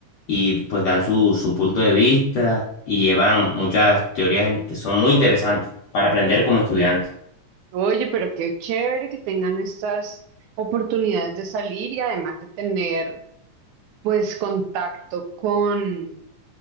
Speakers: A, on the left; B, on the right.
A: y pues dan su, su punto de vista y llevan muchas teorías en- que son muy interesantes para aprender como estudiante.
B: Oye, pero qué chévere que tengan estas oportunidades de salir y además de tener, pues, contacto con,